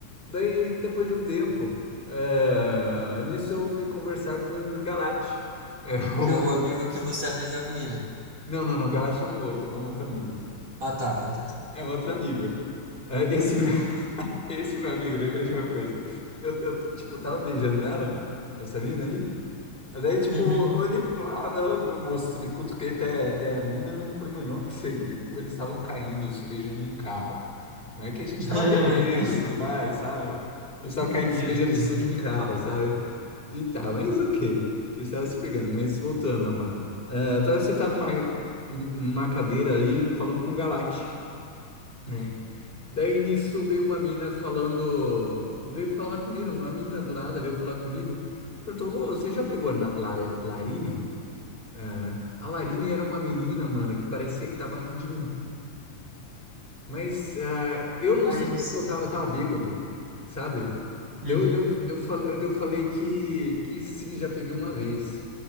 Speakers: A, on the left; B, on the right.
A: Daí, depois de um tempo, eh, nisso eu fui conversar com o Galate. É o...
B: que é o amigo que você arranjou a menina.
A: Não, não, não, o Galate é um outro, é um outro amigo.
B: Ah, tá, ah, tá.
A: É um outro amigo. Eh, esse, meu, <laughs> esse meu amigo, lembrei de uma coisa. Eu, eu, tipo, tava beijando ela, essa mina aí. Mas Daí, tipo,
B: Uhum.
A: olhei pro lado, mo- mostrei, cutuquei até, até a mina, né? Falei, mano, olha isso aí. Pô, Eles estavam caindo, se beijando no carro. Não é que a gente
B: <laughs>
A: tava bebendo e tudo mais, sabe? Eles estavam
B: Hum,
A: caindo,
B: Isso,
A: se beijando
B: isso.
A: em cima de um carro, sabe? E tá, mas ok. Eles estavam se pegando, mas voltando lá. Ah, eu tava sentado numa, numa cadeira ali, falando com o Galate, né? Daí nisso veio uma mina falando, veio falar comigo, uma menina do nada veio falar comigo, perguntou, "Ô, você já pegou na La- Larine? Ah, a Larine era uma menina, mano, que parecia que tava afim de mim, mas ah, eu não
B: Mas,
A: sei porque eu tava, tava bêbado, sabe?
B: uhum.
A: Deu, deu, deu, fal- deu falei que, que sim, já peguei uma vez,